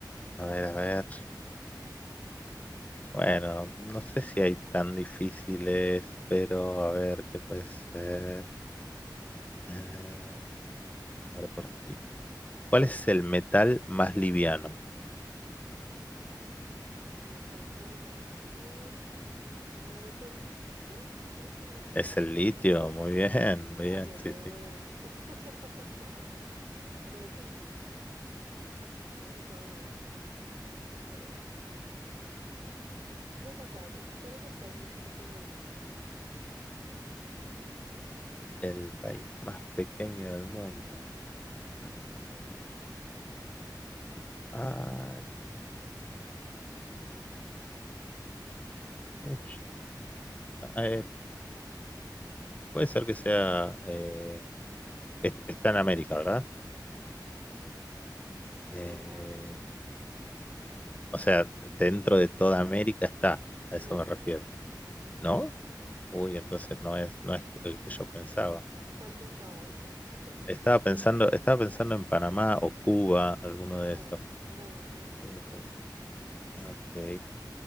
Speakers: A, on the left; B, on the right.
A: a ver, a ver. Bueno, no sé si hay tan difíciles, pero a ver qué puede ser. Eh, a ver por aquí. ¿Cuál es el metal más liviano?
B: El metal más liviano mm, no es el litio, creo que se llama,
A: Es el
B: se dice
A: litio,
B: eso.
A: muy bien, muy
B: Ay,
A: bien,
B: ay,
A: sí,
B: ay.
A: sí.
B: <laughs> No, ya. Creo que te voy a ganar. A ver. Esa está fácil. ¿Cuál es el país más pequeño del mundo?
A: El país más pequeño del mundo. País más pequeño del mundo. Ay, a ver, a ver. Ush. Eh, puede ser que sea... eh, est- está en América, ¿verdad? Eh,
B: ¿En América?
A: O sea, dentro de toda América está, a eso
B: No,
A: me refiero, ¿no?
B: no.
A: Uy, entonces no es, no es el que yo pensaba.
B: ¿Cuál pensabas? <laughs>
A: Estaba pensando, estaba pensando en Panamá o Cuba, alguno
B: No,
A: de esos.
B: no, no está en América.
A: Pero, ah, ok.